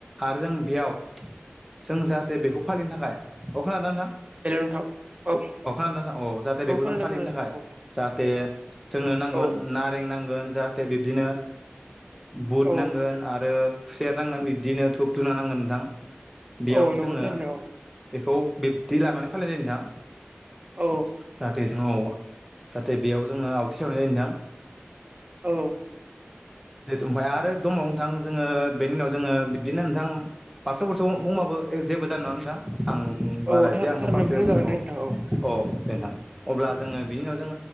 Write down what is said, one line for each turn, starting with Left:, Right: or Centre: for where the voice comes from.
Centre: आरो जों बेयाव जों जा दे बेखौ फालिनो थाखाय अ खोनादों ना नोंथां?
Right: हेल' नोंथां औ
Centre: अ खोनादों ना नोंथां औ जाहाथे बेखौ
Right: खोनादों
Centre: जों फालिनो
Right: खोनादों
Centre: थाखाय
Right: औ
Centre: जाहाथे जोंनो नांगोन
Right: औ
Centre: नारें नांगोन जाहाथे बिब्दिनो बुट
Right: औ
Centre: नांगोन आरो खुसेर नांगोन बिब्दिनो टुप धुना नांगोन नोंथां। बेयाव
Right: औ नंगौ
Centre: जोङो
Right: थोरैनो औ
Centre: बेखौ बिब्दि लानानै फालिनाय जायो नोंथां
Right: औ
Centre: जाहाथे जोंङाव जाहाथे बेयाव जोङो आवथि सावनाय जायो नोंथां।
Right: औ
Centre: जे थु ओमफाय आरो दंबावो नोंथां जोङो बेनि उनाव जोङो बिदिनो नोंथां बारस' बुरस' बुं बुंबाबो ए जेबो जानाय नङा नोंथां आं
Right: औ
Centre: बारा
Right: औ थार
Centre: इदि आंथ'
Right: थारैनो
Centre: फारसे
Right: बुंजागोन
Centre: बुंदों
Right: दे
Centre: अ
Right: नोंथां औ
Centre: अ दे नों अब्ला जोङो बिनि उनाव जों